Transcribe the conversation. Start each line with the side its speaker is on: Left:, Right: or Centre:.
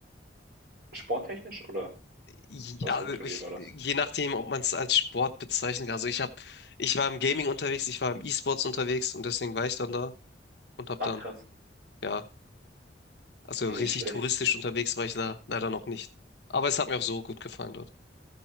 Right: Sporttechnisch oder
Left: ja
Right: was für ein Turnier
Left: ich,
Right: war das?
Left: je nachdem, ob man es als Sport bezeichnen kann. Also ich habe, ich war im Gaming unterwegs, ich war im E-Sports unterwegs und deswegen war ich dann da und habe
Right: Ach
Left: dann
Right: krass.
Left: ja Also
Right: Nicht
Left: richtig
Right: schlecht.
Left: touristisch unterwegs war ich da leider noch nicht. Aber es hat mir auch so gut gefallen dort.